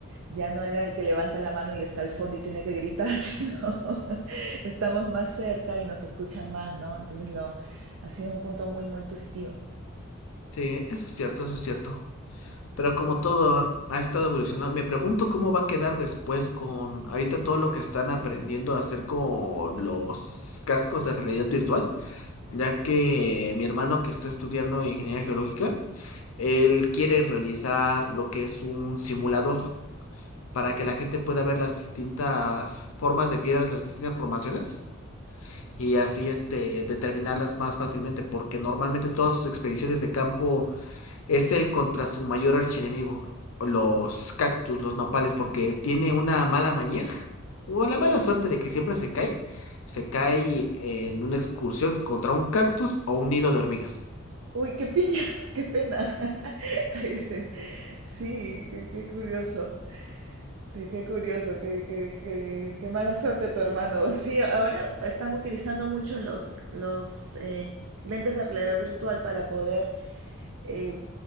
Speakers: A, on the right; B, on the left.
A: ya no era el que levanta la mano y está al fondo y tiene que gritar, <laughs> sino estamos más cerca y nos escuchan más, ¿no? Entonces lo, ha sido un punto muy, muy positivo.
B: Sí, eso es cierto, eso es cierto. Pero como todo ha estado evolucionando, me pregunto cómo va a quedar después con ahorita todo lo que están aprendiendo a hacer con los cascos de realidad virtual, ya que mi hermano que está estudiando ingeniería geológica, él quiere realizar lo que es un simulador para que la gente pueda ver las distintas formas de piedras, las distintas formaciones. y así este, determinarlas más fácilmente, porque normalmente todas sus expediciones de campo es él contra su mayor archienemigo, los cactus, los nopales, porque tiene una mala maña o la mala suerte de que siempre se cae, se cae en una excursión contra un cactus o un nido de hormigas.
A: Uy, qué piña, <laughs> qué pena. <laughs> Ay, Sí, qué, qué curioso. Sí, Qué curioso, qué, qué, qué- qué mala suerte tu hermano. <laughs> Sí, ahora están utilizando mucho los, los eh, lentes de realidad virtual para poder, eh,